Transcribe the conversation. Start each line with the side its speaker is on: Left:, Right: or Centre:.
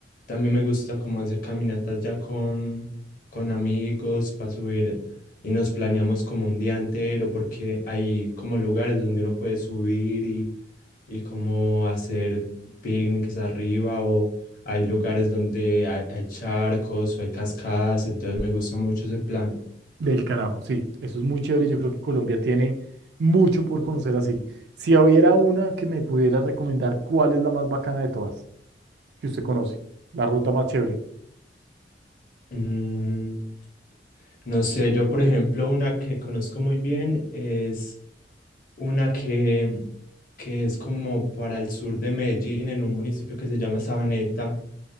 Left: También me gusta como hacer caminatas ya con, con amigos para subir y nos planeamos como un día entero porque hay como lugares donde uno puede subir y, y como hacer picnics arriba o hay lugares donde hay, hay charcos o hay cascadas, entonces me gusta mucho ese plan.
Right: Del carajo, sí, eso es muy chévere. Yo creo que Colombia tiene mucho por conocer así. Si hubiera una que me pudiera recomendar, ¿cuál es la más bacana de todas que usted conoce? La ruta más chévere.
Left: Mm, no sé, yo por ejemplo una que conozco muy bien es una que, que es como para el sur de Medellín, en un municipio que se llama Sabaneta,